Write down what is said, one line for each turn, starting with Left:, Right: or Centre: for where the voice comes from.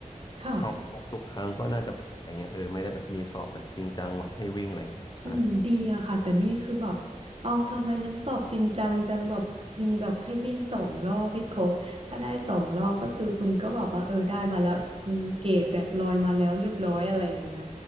Right: ค่ะ
Left: เข้าครบทุกครั้งก็น่าจะอะไรเงี้ยเออไม่ได้แบบมีสอบแบบจริงจังแบบให้วิ่งอะไรเงี้ยใช่
Right: โอ้ดีอะค่ะแต่นี่คือแบบเอาทำไมฉันสอบจริงจังจังแบบมีแบบให้วิ่งสองรอบให้ครบถ้าได้สองรอบก็คือคุณก็บอกว่าเออได้มาแล้วอืมเกรดเนี่ยลอยมาแล้วเรียบร้อยอะไรอย่างเงี้ย